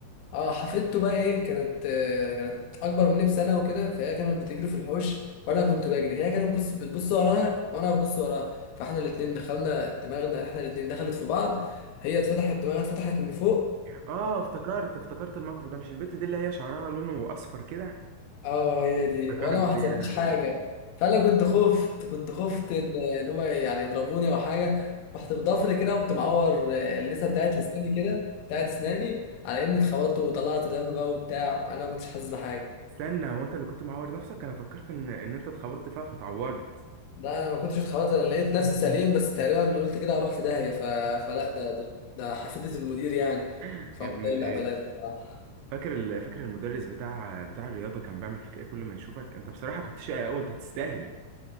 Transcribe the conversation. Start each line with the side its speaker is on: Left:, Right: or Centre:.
Left: اه حفيدته بقى ايه كانت آه، كانت اكبر مني بسنه وكده فهي كانت بتجري في الحوش وانا كنت بجري هي كانت بتبص بتبص وراها وانا ببص وراها فاحنا الاتنين دخلنا دماغنا احنا الاتنين دخلت في بعض هي اتفتحت دماغها اتفتحت من فوق
Right: اه افتكرت افتكرت الموقف ده مش البت دي اللي هي شعرها لونه اصفر كده
Left: اه هي دي
Right: افتكرت
Left: وانا ما حصلليش
Right: يا لهوي
Left: حاجه فانا كنت خفت كنت خفت ان ان هم يعني يضربوني او حاجه رحت بضفر كده قمت معور آه، اللثه بتاعت لساني كده بتاعت اسناني على اني اتخبطت وطلعت دم بقى وبتاع انا ما كنتش حاسس بحاجه
Right: استنى هو انت اللي كنت معور نفسك انا فكرت ان ان انت اتخبطت فيها فتعورت
Left: لا انا ما كنتش اتخبطت انا لقيت نفسي سليم بس تقريبا قلت كده اروح في داهيه ف... فلا ده ده, ده حفيدة المدير يعني
Right: يا
Left: فقلت
Right: ابن
Left: إيه،
Right: الايه
Left: لا بلاش بصراحه
Right: فاكر ال... فاكر المدرس بتاع بتاع الرياضة كان بيعمل فيك ايه كل ما يشوفك انت بصراحة كنت شقي قوي انت تستاهل